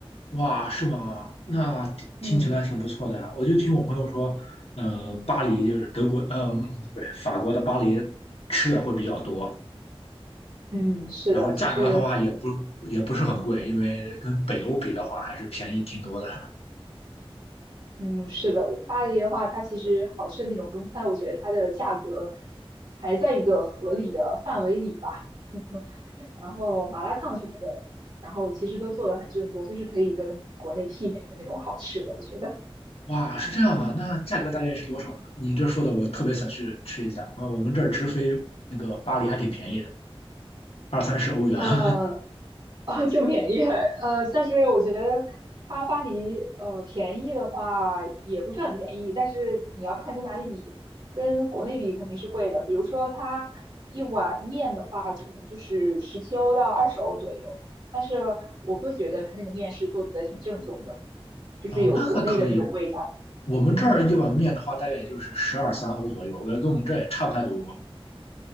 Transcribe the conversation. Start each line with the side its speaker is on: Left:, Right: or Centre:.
Left: 哇，是吗？那听听起来挺不错的呀。
Right: <laughs> 嗯
Left: 我就听我朋友说，呃，巴黎就是德国，呃，不是法国的巴黎吃的会比较多，
Right: 嗯，是的，
Left: 然后价格的话也不也不是很贵，
Right: 就是，
Left: 因为跟北欧比的话还是便宜挺多的。
Right: 嗯，是的，巴黎的话，它其实好吃的那种中餐，我觉得它的价格还在一个合理的范围里吧。然后麻辣烫什么的，然后其实都做的很正宗，就是可以跟国内媲美的那种好吃的，我觉得。
Left: 哇，是这样的，那价格大概是多少呢？你这说的我特别想去吃一下。啊，我们这儿直飞那个巴黎还挺便宜的二三十欧元。
Right: 呃，
Left: <laughs> 啊，
Right: <laughs> 啊，就便宜，呃，但是我觉得它巴黎，呃，便宜的话也不是很便宜，但是你要看跟哪里比，跟国内比肯定是贵的。比如说它一碗面的话，可能就是十七欧到二十欧左右，但是我会觉得它那个面是做的挺正宗的，就是有国内的那种味道。
Left: 那还可以。我们这儿一碗面的话，
Right: 嗯。
Left: 大概也就是十二三欧左右，我感觉跟我们这儿也差不太多。